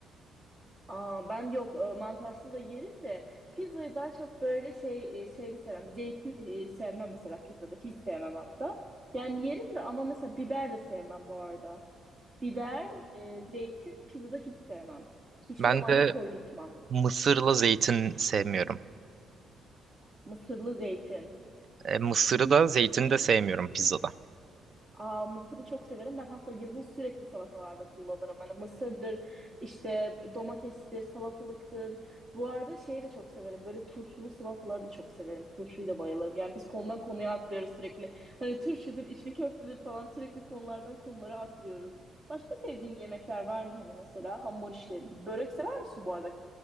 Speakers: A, on the right; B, on the right.
A: Aa, ben yok e, mantarsız da yerim de pizzayı daha çok böyle şey e, şeyli sevmem. Zeytin e, sevmem mesela pizzada hiç sevmem hatta. Yani yerim de ama mesela biber de sevmem bu arada. Biber, e, zeytin pizzada hiç sevmem.
B: <laughs>
A: Hiçbir
B: Ben
A: zaman
B: de
A: da koydurtmam.
B: mısırla zeytin sevmiyorum.
A: Mısırlı zeytin.
B: E, mısırı da zeytini de sevmiyorum pizzada.
A: Aa, mısırı çok severim. Ben hatta yazın sürekli salatalarda kullanırım. Hani mısırdır, işte domatestir, salatalıktır. Bu arada şeyi de çok severim. Böyle turşulu salataları da çok severim. Turşuyu da bayılırım. Yani biz konudan konuya atlıyoruz sürekli. Hani turşudur, içli köftedir falan sürekli konulardan konulara atlıyoruz. Başka sevdiğin yemekler var mı hani mesela hamur işleri gibi? Börek sever misin bu arada?